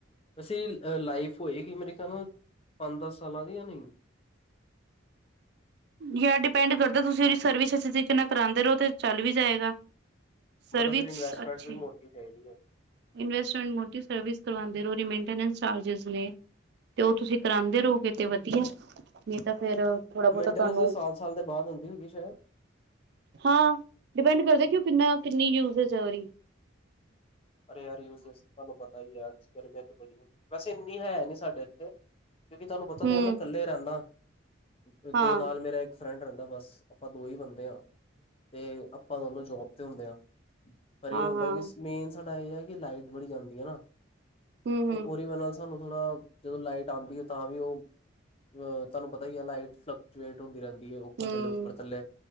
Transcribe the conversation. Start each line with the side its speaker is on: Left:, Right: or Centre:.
Left: ਅਸੀਹ ਲਾਈਫ ਹੋਏਗੀ ਮੇਰੇ ਖਿਆਲ ਨਾਲ ਪੰਜ-ਦਸ ਸਾਲਾਂ ਦੀ ਜਾਂ ਨਈ।
Right: ਯਾਰ ਡਿਪੈਂਡ ਕਰਦਾ ਤੁਸੀਂ ਉਹਦੀ ਸਰਵਿਸ ਅੱਸੀ਼ ਤਰੀਕੇ ਨਾਲ ਕਰਾਂਦੇ ਰਹੋ ਤੇ ਚੱਲ ਵੀ ਜਾਏਗਾ। ਸਰਵਿਸ
Left: ਮਤਲਬ ਫਿਰ ਇਨਵੈਸਟਮੈਂਟ
Right: ਅੱਛੀ
Left: ਵੀ ਮੋਟੀ ਚਾਈਦੀ ਐ।
Right: ਇਨਵੈਸਟਮੈਂਟ ਮੋਟੀ, ਸਰਵਿਸ ਕਰਵਾਉਂਦੇ ਰਹੋ, ਰਿਮੇਨਟੇਨੈਂਸ ਚਾਰਜਿਸ ਨੇ। ਤੇ ਉਹ ਤੁਸੀਂ ਕਰਾਂਦੇ ਰਹੋਗੇ ਤੇ ਵਧੀਆ। ਨ੍ਹੀਂ ਤਾਂ ਫੇਰ ਥੋੜਾ ਬਹੁਤਾ
Left: ਮੇਨਟੇਨੈਂਸ
Right: ਤੁਹਾਨੂੰ
Left: ਸਾਲ-ਸਾਲ ਦੇ ਬਾਅਦ ਹੁੰਦੀ ਹੋਗੀ ਸ਼ਾਇਦ।
Right: ਹਾਂ, ਡਿਪੈਂਡ ਕਰਦੇ ਕਿ ਉਹ ਕਿੰਨਾ ਕਿੰਨੀ ਯੂਜਜ ਆ ਰੀ
Left: ਅਰੇ ਯਾਰ ਯੂਸੇਸ ਤੁਹਾਨੂੰ ਪਤਾ ਈ ਐ ਗਰਮੀਆਂ ਚ ਬੜੀ ਹੁੰਦੀ ਵੈਸੇ ਇੰਨੀ ਹੈ ਨੀ ਸਾਡੇ ਇੱਥੇ ਕਿਉਂਕਿ ਤੁਹਾਨੂੰ ਪਤਾ
Right: ਹੂੰ,
Left: ਤੇ ਹੈ ਮੈਂ ਕੱਲੇ ਰਹਿੰਦਾ। ਉਤੇ
Right: ਹਾਂ,
Left: ਨਾਲ ਮੇਰਾ ਇੱਕ ਫਰੈਂਡ ਰਹਿੰਦਾ ਬਸ, ਆਪਾਂ ਦੋ ਹੀ ਬੰਦੇ ਆਂ। ਤੇ ਆਪਾਂ ਦੋਨੋਂ ਜੋਬ ਤੇ ਹੁੰਦੇ ਆਂ। ਪਰ ਇਹ
Right: ਹਾਂ,
Left: ਹੁੰਦਾ
Right: ਹਾਂ,
Left: ਕਿ ਮੇਨ ਸਾਡਾ ਇਹ ਹੈ ਕਿ ਲਾਈਟ ਬੜੀ ਜਾਂਦੀ ਹੈ ਨਾ,
Right: ਹੂੰ,
Left: ਤੇ
Right: ਹੂੰ,
Left: ਉਹਦੀ ਵਜੇ ਨਾਲ ਸਾਨੂੰ ਥੋੜਾ, ਜਦੋਂ ਲਾਈਟ ਆਉਂਦੀ ਹੈ ਤਾਂ ਵੀ ਉਹ ਅਹ ਤੁਹਾਨੂੰ ਪਤਾ ਹੀ ਆ ਲਾਈਟ ਫਲਕਚੁਏਟ ਹੁੰਦੀ ਰਹਿੰਦੀ ਹੈ, ਉੱਪਰ
Right: ਹੂੰ।
Left: ਥੱਲੇ-ਉੱਪਰ ਥੱਲੇ